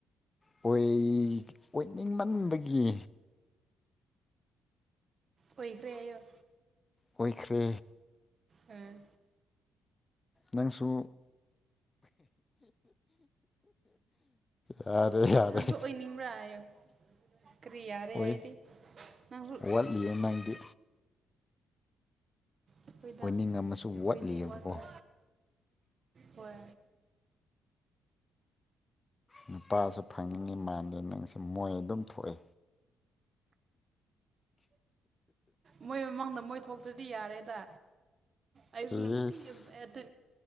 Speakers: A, on the left; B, on the right.
A: ꯑꯣꯏ ꯑꯣꯏꯅꯤꯡꯃꯟꯕꯒꯤ
B: ꯑꯣꯏꯈ꯭ꯔꯦ ꯍꯥꯏꯑꯣ
A: ꯑꯣꯏꯈ꯭ꯔꯦ
B: ꯎꯝ
A: ꯅꯪꯁꯨ ꯌꯥꯔꯦ ꯌꯥꯔꯦ
B: ꯅꯪꯁꯨ ꯑꯣꯏꯅꯤꯡꯕ꯭ꯔꯥ ꯍꯥꯏꯑꯣ ꯀꯔꯤꯌꯥꯥꯔꯦ
A: ꯑꯣꯏ
B: ꯍꯥꯏꯗꯤ ꯅꯪꯁꯨ
A: ꯋꯥꯠꯂꯤꯌꯦ ꯅꯪꯗꯤ
B: ꯑꯩꯈꯣꯏꯗ
A: ꯑꯣꯏꯅꯤꯡꯉꯝꯃꯁꯨ
B: ꯑꯩꯈꯣꯏꯗꯤ
A: ꯋꯥꯠꯂꯤꯑꯕꯀꯣ
B: ꯋꯥꯠꯀꯦ ꯍꯣꯏ
A: ꯅꯨꯄꯥꯁꯨ ꯐꯪꯅꯤꯡꯉꯤ ꯃꯥꯟꯂꯦ ꯅꯪꯁꯨ ꯃꯣꯏ ꯑꯗꯨꯝ ꯊꯣꯛꯏ
B: ꯃꯣꯏ ꯃꯃꯥꯡꯗ ꯃꯣꯏ ꯊꯣꯛꯇ꯭ꯔꯗꯤ ꯌꯥꯔꯦꯗ ꯑꯩꯁꯨ
A: ꯏꯁ
B: ꯅꯨꯡꯇꯤ ꯑꯗꯨ